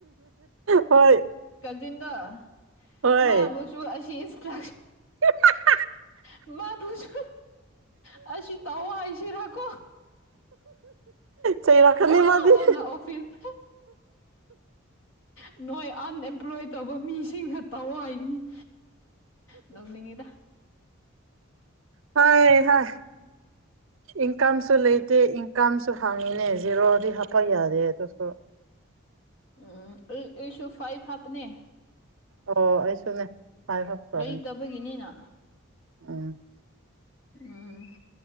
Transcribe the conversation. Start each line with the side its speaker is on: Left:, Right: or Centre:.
Right: ꯍꯣꯏ
Left: ꯭ꯔꯤꯗ
Right: ꯍꯣꯏ
Left: ꯃꯥꯕꯨꯁꯨ ꯑꯁꯤ ꯀ
Right: <inaudible>
Left: ꯃꯥꯕꯨꯁꯨ ꯑꯁꯤ ꯇꯧꯑꯣ ꯍꯥꯏꯁꯤꯔꯀꯣ
Right: ꯆꯩꯔꯛꯀꯅꯤ
Left: ꯋꯥ
Right: ꯃꯥꯗꯤ
Left: ꯋꯥꯅ ꯑꯣꯐꯤꯁ ꯅꯣꯏ ꯑꯟꯑꯦꯝꯄ꯭ꯂꯣꯏ ꯇꯧꯕ ꯃꯤꯁꯤꯡꯅ ꯇꯧꯑꯣ ꯍꯥꯏꯕꯅꯤ ꯅꯣꯛꯅꯤꯡꯉꯤꯗ
Right: ꯍꯣꯏ ꯍ ꯏꯟꯀꯝꯁꯨ ꯂꯩꯇꯦ ꯏꯟꯀꯝꯁꯨ ꯍꯥꯡꯉꯤꯅꯦ ꯖꯦꯔꯣꯗꯤ ꯍꯥꯞꯄ ꯌꯥꯗꯦ ꯑꯗꯨ ꯑꯗꯨꯁꯨ
Left: ꯎꯝ ꯎꯝꯁꯨ ꯐꯥꯏ ꯚ ꯍꯞ ꯅꯦ
Right: ꯑꯣ ꯑꯩꯁꯨꯅꯦ꯫ ꯍꯥꯏ ꯍꯥꯞꯈ꯭ꯔꯕꯅꯦ
Left: ꯂꯩꯇꯕꯒꯤꯅꯤꯅ
Right: ꯎꯝ
Left: ꯎꯝ